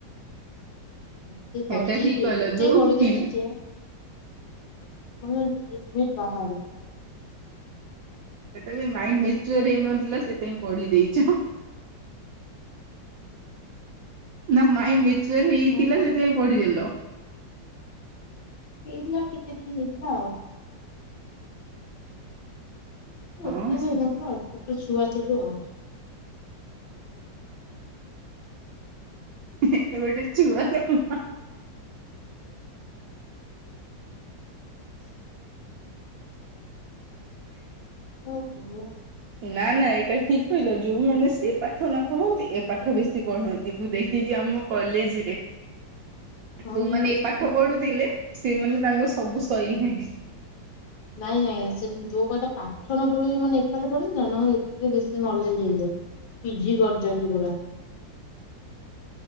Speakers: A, on the left; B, on the right.
A: ଏତେ ପଢିଯାଇଛି
B: ଏଇଟା ଠିକ୍ କହିଲ,
A: ଏତେ
B: ଯୋଉ
A: ପଢିଦେଇଛି
B: ପି
A: ଯେ ମାନେ ଲିମିଟି ବାହାରେ।
B: ସେଟା ବି ମାଇଣ୍ଡି ମିଚ୍ୟୁରି ହେଇନଥିଲା, ସେଥିପାଇଁ ପଢି ଦେଇଚ। ନା ମାଇଣ୍ଡି ମେଚ୍ୟାର ହେଇଥିଲା,
A: କଣ କରିବି
B: ସେଥିପାଇଁ ପଢିଦେଲ।
A: ହେଇଥିଲା ଟିକେ-ଟିକେ ହେଇଥିଲା ଆଉ।
B: ହଁ
A: ଏତେ
B: <unintelligible>
A: ବି ହେଇନଥିଲା ଛୋଟ ଛୁଆ ଥିଲୁ ଆଉ।
B: ଏ ଗୋଟେ ଛୁଆ ର
A: ଓହୋ।
B: ନା-ନା ଏଇଟା ଠିକ୍ କହିଲ, ଯୋଉମାନେ ସେ ପାଠ ନ ପଢନ୍ତି ଏ ପାଠ ବେଶୀ ପଢନ୍ତି, ମୁଁ ଦେ ଖିଚି ଆମ କଲେଜ୍ ରେ।
A: ହଁ
B: ଯୋଉମାନେ ଏଇ ପାଠ ପଢୁଥିଲେ ସେମାନେ ତାଙ୍କ ସବୁ ଶଇଲାଣି।
A: ନାଇଁ-ନାଇଁ ସେ ଯୋଉ <unintelligible> ପାଠ ନ ପଢିକି ମାନେ ଏପଟ ପଢନ୍ତି ନା <unintelligible> ବେଶୀ ନଲେଜ୍ ହେଇଯାଏ। ପିଜି କରିଚନ୍ତି ପୁରା।